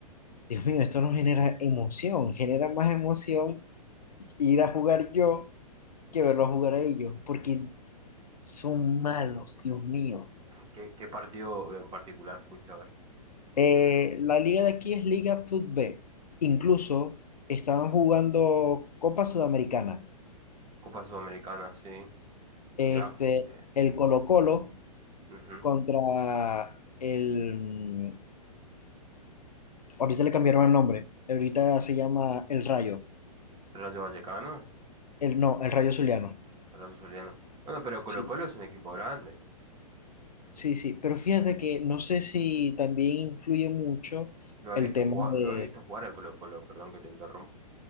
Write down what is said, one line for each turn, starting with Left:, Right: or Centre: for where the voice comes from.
Left: Dios mío, esto no genera emoción, genera más emoción ir a jugar yo que verlos jugar a ellos, porque son malos, Dios mío.
Right: ¿Qué, qué partido en particular fuiste a ver?
Left: Eh, la liga de aquí es Liga Fut B. Incluso estaban jugando Copa Sudamericana.
Right: Copa Sudamericana, sí.
Left: Este,
Right: Mirá. eh,
Left: el Colo-Colo
Right: ujú.
Left: contra el... Ahorita le cambiaron el nombre. Ahorita se llama El Rayo.
Right: Rayo Vallecano,
Left: El, no, El Rayo Zuliano.
Right: Rayo Zuliano. Bueno, pero Colo-Colo
Left: Sí,
Right: es un equipo grande.
Left: sí, sí. Pero fíjate que no sé si también influye mucho
Right: Lo
Left: el
Right: he visto
Left: tema
Right: jugar,
Left: de...
Right: lo he visto jugar al Colo-Colo, perdón que te interrumpo.